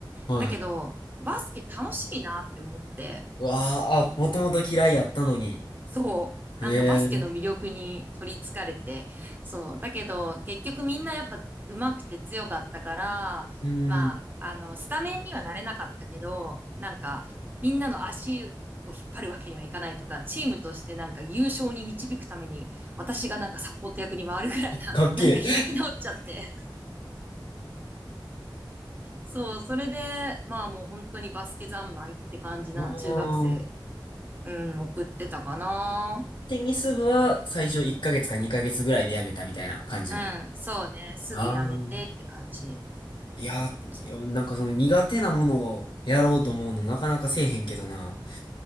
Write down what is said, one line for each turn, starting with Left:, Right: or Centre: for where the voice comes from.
Left: はい。
Right: だけど、バスケ楽しいなって思って、
Left: うわあ、あ、もともと嫌いやったのに。
Right: そう。なんかバスケの魅力に取り憑かれて。
Left: ええ、
Right: そう。だけど、結局みんなやっぱ上手くて強かったから、
Left: うん、
Right: まあ、あの、スタメンにはなれなかったけど、なんか、みんなの足を引っ張るわけにはいかないとか、チームとしてなんか優勝に導くために、私がなんかサポート役に回るぐらいな、
Left: かっけえ。
Right: <laughs> なんか開き直っちゃって。そう。それで、まあもう本当にバスケ三昧って感じな中学生、
Left: うーん。
Right: うん、送ってたかな。
Left: テニス部は最初1ヶ月か2ヶ月ぐらいでやめたみたいな感じなん。
Right: うん、そうね。すぐやめてって感じ。
Left: ああ。いやー、
Right: そう。
Left: なんかその苦手なものをやろうと思うのなかなかせえへんけどな。